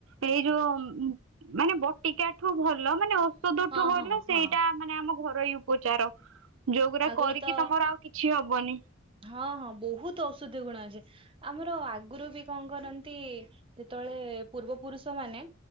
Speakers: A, on the right (about 80°); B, on the right (about 25°).
A: ଏଇ ଯୋଉ ମାନେ ବଟିକା ଠୁ ଭଲ ମାନେ ଓ ଔଷଦ
B: ହଁ
A: ଟୁ ଭଲ
B: ହଁ
A: ସେଇଟା
B: ହଁ
A: ମାନେ ଆମ ଘରୋଇ ଉପଚାର ଯୋଉଗୁରା
B: ଆଗରୁ
A: କରିକି
B: ତ
A: ତମର କିଛି ହବନି।
B: ହଁ ହଁ ବହୁତ ଔଷଧୀୟ ଗୁଣ ଅଛି। ଆମର ଆଗରୁ ବି କଣ କରନ୍ତି ଯେତେବେଳେ ପୂର୍ବପୁରୁଷ ମାନେ